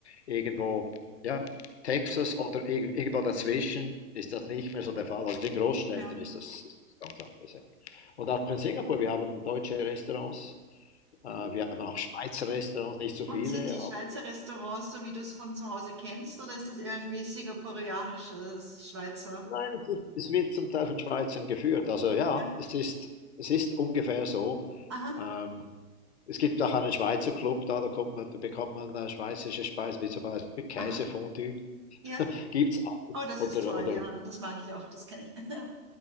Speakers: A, on the left; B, on the right.
A: irgendwo, ja, Texas oder irg irgendwo dazwischen, ist das nicht mehr so der Fall. Also in Großstädten
B: Ja.
A: ist das, ist das ganz anders, ja. Und auch in Singapur, wir haben deutsche Restaurants. Äh,
B: Mhm.
A: Wir haben auch Schweizer Restaurants, nicht so
B: Und
A: viele,
B: sind die
A: aber
B: Schweizer Restaurants so, wie du es von zu Hause kennst, oder ist das irgendwie singapurianisches Schweizer?
A: Nein, es, ist, es wird zum Teil von Schweizern geführt. Also ja,
B: Ja.
A: es ist, es ist ungefähr so.
B: Aha,
A: Ähm, es gibt auch einen Schweizer Club da, da, kommt man, da bekommt man äh, schweizerische Speisen, wie zum Beispiel Käsefondue.
B: aha, ja.
A: Gibt's alles.
B: Oh, das
A: Oder,
B: ist toll,
A: oder
B: ja. Das mag ich auch, das kenne ich. <laughs>